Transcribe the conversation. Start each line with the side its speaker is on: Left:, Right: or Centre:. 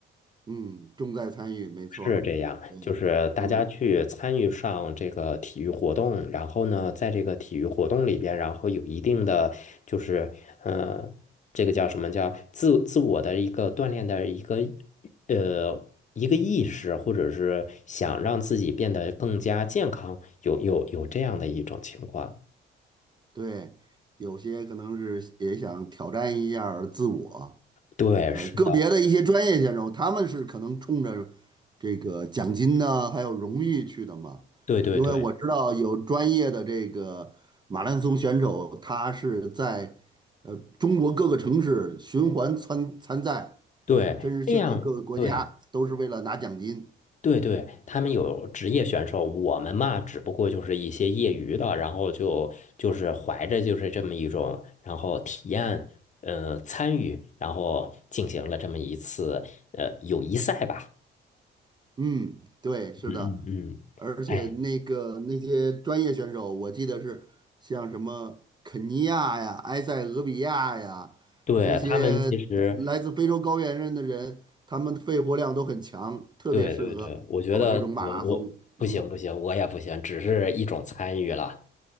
Right: 嗯，重在参与，没错儿，
Left: 是这样，
Right: 对，
Left: 就是大家去参与上这个体育活动，
Right: 嗯
Left: 然后呢，在这个体育活动里边，然后有一定的就是，呃，这个叫什么叫自自我的一个锻炼的一个呃一个意识，或者是想让自己变得更加健康，有有有这样的一种情况。
Right: 对，有些可能是也想挑战一下儿自我，
Left: 对，
Right: 呃，
Left: 是的，
Right: 个别的一些专业选手，他们是可能冲着这个奖金呢，还有荣誉去的嘛。
Left: 对对对
Right: 因为我知道有专业的这个马拉松选手，他是在呃中国各个城市循环参参赛，
Left: 对，
Right: 甚至去各个国家，
Left: 这样对。
Right: 都是为了拿奖金。
Left: 对对，他们有职业选手，我们嘛，只不过就是一些业余的，然后就就是怀着就是这么一种，然后体验，呃，参与，然后进行了这么一次呃友谊赛吧。
Right: 嗯，对，是的，
Left: 嗯嗯嗯，
Right: 而且那个那些专业选手，
Left: 哎，
Right: 我记得是像什么肯尼亚呀、埃塞俄比亚呀这些
Left: 对，他们其实，
Right: 来自非洲高原上的人，他们肺活量都很强，特别适合跑这种马拉松。
Left: 对对对，我觉得我我不行不行，
Right: 嗯，
Left: 我也不行，只是一种参与了。